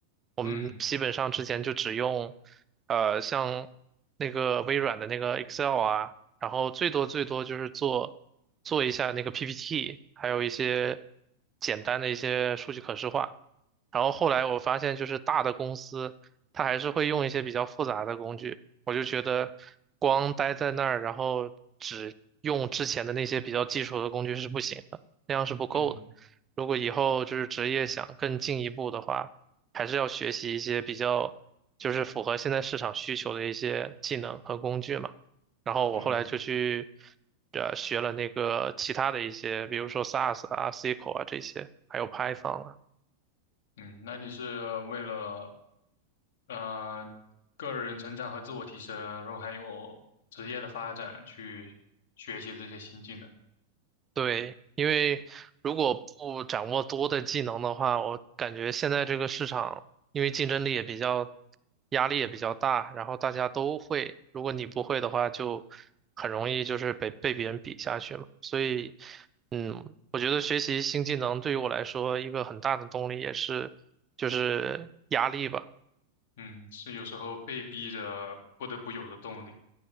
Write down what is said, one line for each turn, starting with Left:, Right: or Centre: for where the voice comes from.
Right: 我们基本上之前就只用，
Left: 嗯
Right: 呃，像那个微软的那个 Excel 啊，然后最多最多就是做做一下那个 PPT，还有一些简单的一些数据可视化。然后后来我发现，就是大的公司，它还是会用一些比较复杂的工具。我就觉得，光待在那儿，然后只用之前的那些比较基础的工具是不行的，那样是不够的。
Left: 嗯
Right: 如果以后就是职业想更进一步的话，还是要学习一些比较就是符合现在市场需求的一些技能和工具嘛。然后我后来就去
Left: 嗯
Right: 呃学了那个其他的一些，比如说 SAS 啊、SQL 啊这些，还有 Python 啊。
Left: 嗯，那你是为了呃个人成长和自我提升，然后还有职业的发展去学习这些新技能。
Right: 对，因为如果不掌握多的技能的话，我感觉现在这个市场，因为竞争力也比较，压力也比较大，然后大家都会，如果你不会的话，就很容易就是被被别人比下去嘛。所以，嗯，我觉得学习新技能对于我来说，一个很大的动力也是就是压力吧。
Left: 嗯，是有时候被逼着不得不有的动力。